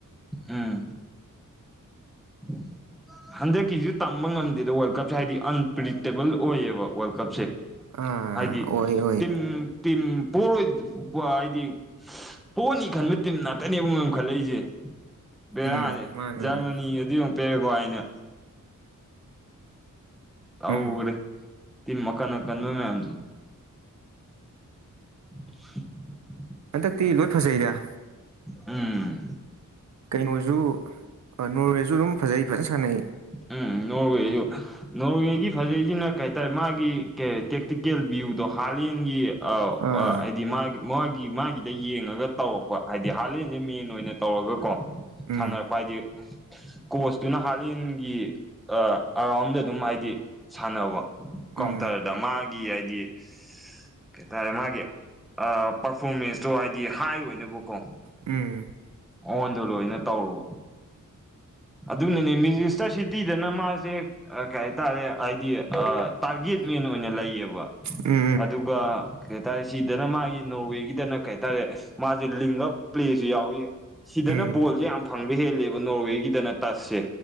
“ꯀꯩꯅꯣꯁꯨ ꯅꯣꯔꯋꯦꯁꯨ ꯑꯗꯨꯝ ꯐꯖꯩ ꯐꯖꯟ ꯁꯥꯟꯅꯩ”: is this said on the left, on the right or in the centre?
Right